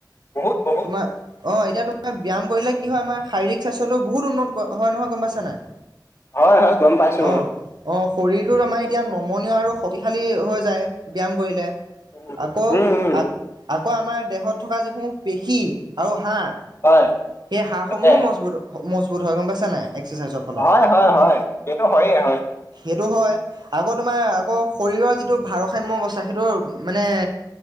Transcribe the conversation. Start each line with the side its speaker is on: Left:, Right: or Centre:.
Left: বহুত বহুত
Right: তোমাৰ অ, এতিয়া তোমাৰ ব্যায়াম কৰিলে কি হয় আমাৰ শাৰীৰিক স্বাস্থ্যতটো বহুত উন্নত হয় নহয় গম পাইছা নাই,
Left: হয় হয় গম পাইছো
Right: অ, অ শৰীৰটো আমাৰ এতিয়া নমনীয় আৰু শক্তিশালী হৈ যায়, ব্যায়াম কৰিলে।
Left: উম
Right: আকৌ
Left: উম উম,
Right: আ, আকৌ আমাৰ দেহত থকা যিসমূহ পেশী আৰু হাঁৰ
Left: হয়
Right: সেই হাৰ
Left: তাকে
Right: সমূহো মজবুত-মজবুত হয়, গম পাইছা নাই এক্সাৰচাইজত।
Left: হয়, হয়, হয়, এইটো হয়ে, হয়।
Right: সেইটো হয়। আকৌ তোমাৰ, আকৌ শৰীৰৰ যিটো ভাৰসাম্য বচায়, সেইটো মানে